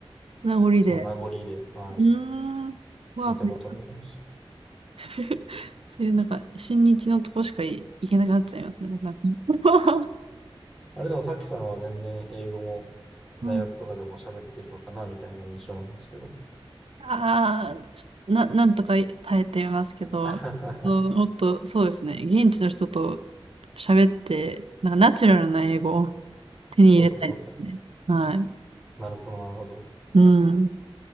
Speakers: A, on the right; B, in the centre.
A: 名残で。
B: その名残で、は
A: うーん。うわ、
B: い。聞いたことあります。
A: めっちゃ <laughs> そういうなんか、親日のとこしかい行けなくなっちゃいますね。なんか <laughs>
B: あれでもさっきさんは全然英語も
A: うん。
B: 大学とかでも喋ってるのかなみたいな印象なんですけど。
A: ああ、ちょな、なんとか耐えてますけど、
B: <laughs>
A: うんもっと、そうですね。現地の人と喋って、なんかナチュラルな英語を手に入れたいですね。
B: そうか、そうか。
A: はい。
B: なるほど、なるほど。
A: うん。